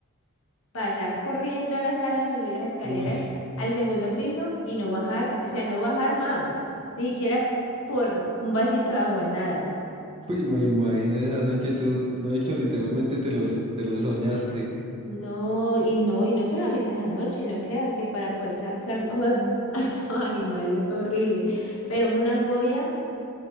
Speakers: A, on the left; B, on the right.
A: pasar corriendo a la sala, subir las escaleras
B: Uy, sí.
A: al segundo piso y no bajar, o sea, no bajar más, ni siquiera por un vasito de agua, nada.
B: uy, me imagino esa noche tú, de hecho, literalmente te los, te los soñaste.
A: No, y no, y no solamente es anoche, no creas que para poder sacar <laughs> a esos animales es horrible, pero es una fobia